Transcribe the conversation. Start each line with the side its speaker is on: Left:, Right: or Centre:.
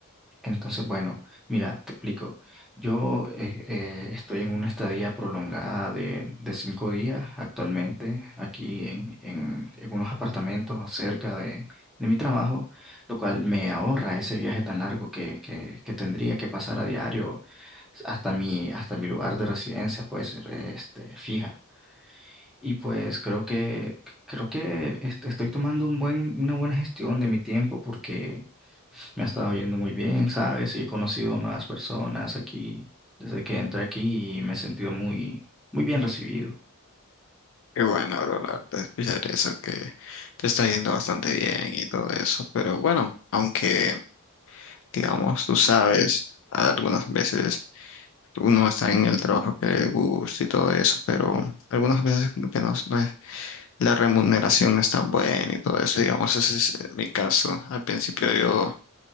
Centre: Entonces, bueno, mira, te explico. Yo eh, eh, estoy en una estadía prolongada de, de cinco días actualmente aquí en, en, en unos apartamentos cerca de, de mi trabajo, lo cual me ahorra ese viaje tan largo que, que, que tendría que pasar a diario hasta mi, hasta mi lugar de residencia, pues, este, fija. Y pues creo que, creo que este, estoy tomando un buen, una buena gestión de mi tiempo porque... Me ha estado yendo muy bien, ¿sabes? Y he conocido nuevas personas aquí desde que entré aquí y me he sentido muy, muy bien recibido.
Left: Qué bueno, bro, la verdad, escuchar eso, que te está yendo bastante bien y todo eso. Pero bueno, aunque, digamos, tú sabes, algunas veces uno está en el trabajo que le gusta y todo eso, pero algunas veces como que no, no es, la remuneración no es tan buena y todo eso. Digamos, ese es mi caso. Al principio yo,